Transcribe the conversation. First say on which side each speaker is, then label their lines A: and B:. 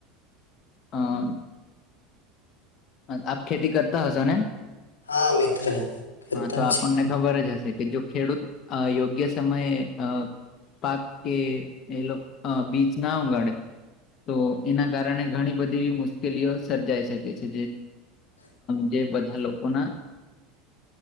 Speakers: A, on the left; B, on the left.
A: હા. આપ ખેતી કરતા હોસોને?
B: હા મિત્ર કરતા
A: હા તો આપણને
B: શીખ
A: ખબર જ હશે કે જો ખેડૂત અ યોગ્ય સમયે અ પાક કે એ લોકો બીજ ના ઉગાડે તો એના કારણે ઘણી બધી મુશ્કેલીઓ સર્જાઈ શકે છે. જે બંધા લોકોના